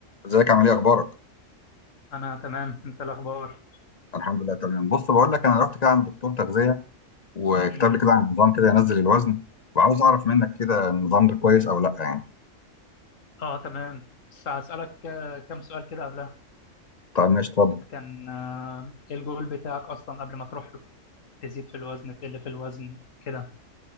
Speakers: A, on the left; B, on the left.
A: ازيك عامل ايه اخبارك
B: انا تمام انت الاخبار
A: الحمد لله تمام بص بقول لك انا رحت كده عند دكتور تغذيه وكتب
B: مم.
A: لي كده عن نظام كده ينزل الوزن وعاوز اعرف منك كده النظام ده كويس او لا يعني
B: اه تمام بس هسألك آه، كم سؤال كده قبلها
A: طيب ماشي اتفضل
B: انت كان آه، ايه الجول بتاعك اصلا قبل ما تروح له تزيد في الوزن تقل في الوزن كده